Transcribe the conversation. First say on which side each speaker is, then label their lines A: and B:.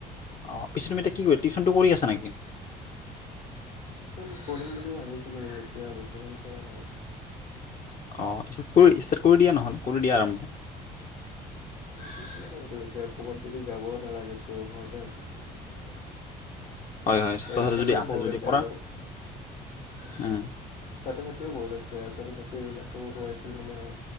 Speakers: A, on the left; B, on the left.
A: অ পিছত তুমি এতিয়া কি কৰি টিউশচনটো কৰি আছা নেকি
B: টিউচন কৰিম বুলি ভাবিছিলো এতিয়া বৰ্তমান কৰা নাই
A: অ ত ষ্টাৰ্ট কৰি দিয়া নহলে কৰি দিয়া আৰম্ভ
B: তিউচনে কৰাই দিওঁ এতিয়া কবাত যদি যাব নালাগে ত ঘৰতে আছে
A: হয়, হয় ছাত্ৰ
B: লৰা
A: ছাত্ৰী
B: ছোৱালীও
A: যদি আছা
B: বহুত
A: যদি
B: আছে
A: কৰা
B: আৰু উ ছাত্ৰ
A: উম,
B: ছাত্ৰীও বহুত আছে ছাত্ৰ ছাত্ৰীবিলাকেও কইছিল মানে